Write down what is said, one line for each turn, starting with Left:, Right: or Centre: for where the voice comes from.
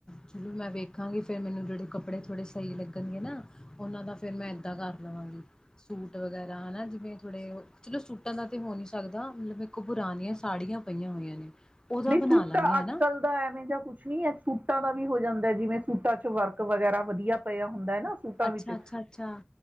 Left: ਚਲੋ ਮੈਂ ਵੇਖਾਂਗੀ ਫੇਰ ਮੈਨੂੰ ਜਿਹੜੇ ਕੱਪੜੇ ਥੋੜੇ ਸਹੀ ਲੱਗਣਗੇ ਨਾ ਉਹਨਾਂ ਦਾ ਫੇਰ ਮੈਂ ਏਦਾਂ ਕਰ ਲਵਾਂਗੀ ਸੂਟ ਵਗੈਰਾ ਹਨਾ ਜਿਵੇਂ ਥੋੜੇ ਚਲੋ ਸੂਟਾਂ ਦਾ ਤਾਂ ਹੋ ਨਹੀਂ ਸਕਦਾ ਮਤਲਬ ਮੇਕੋ ਪੁਰਾਣੀਆਂ ਸਾੜੀਆਂ ਪਈਆਂ ਹੋਈਆਂ ਨੇ ਉਹਦਾ
Right: ਨਹੀਂ
Left: ਬਣਾ
Right: ਸੂਟਾ
Left: ਲਾਂਗੇ ਹੈ
Right: ਅੱਜ
Left: ਨਾ
Right: ਕੱਲ ਦਾ ਐਵੇਂ ਜਾਂ ਕੁਛ ਨੀ ਹੈ ਸੂਟਾਂ ਦਾ ਵੀ ਹੋ ਜਾਂਦਾ ਜਿਵੇਂ ਸੂਟਾਂ ਚ ਵਰਕ ਵਗੈਰਾ ਵਧੀਆ ਪਿਆ ਹੁੰਦਾ ਹੈ ਨਾ ਸੂਟਾਂ
Left: ਅੱਛਾ
Right: ਵਿੱਚ
Left: ਅੱਛਾ ਅੱਛਾ